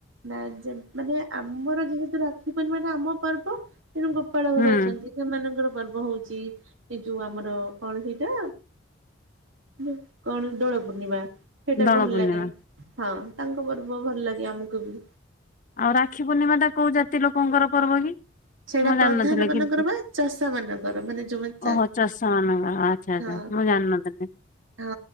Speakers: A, on the right; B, on the left.
A: ନା ଯେ ମାନେ ଆମର ଯେହେତୁ ରାକ୍ଷୀ ପୂର୍ଣ୍ଣିମାଟା ଆମ ପର୍ବ ତେଣୁ ଗୋପାଳ ଘର
B: ହୁଁ
A: ଅଛନ୍ତି ସେମାନଙ୍କର ପର୍ବ ହଉଛି। ଏଇ ଯୋଉ ଆମର କଣ ସେଇଟା, ଉମ କଣ ଦୋଳପୂର୍ଣ୍ଣିମା। ସେଇଟା
B: ଦୋଳ
A: ଭଲ
B: ପୂର୍ଣ୍ଣିମା।
A: ଲାଗେ। ହଁ ତାଙ୍କ ପର୍ବ ଭଲ ଲାଗେ ଆମକୁ ବି।
B: ଆଉ ରାକ୍ଷୀ ପୂର୍ଣ୍ଣିମା ଟା କୋଉ ଜାତି ଲୋକଙ୍କର ପର୍ବ କି?
A: ସେଇଟା
B: ମୁଁ
A: ପ୍ରଧାନ
B: ଜାଣିନଥିଲି
A: ମାନଙ୍କର
B: କି,
A: ବା ଚାଷା ମାନଙ୍କର ମାନେ ଯୋଉମାନେ ଚା
B: ଓହୋ ଚଷା ମାନଙ୍କର ଆ ଆଚ୍ଛା
A: ହଁ
B: ବା ମୁଁ ଜାଣିନଥିଲି।
A: ହଁ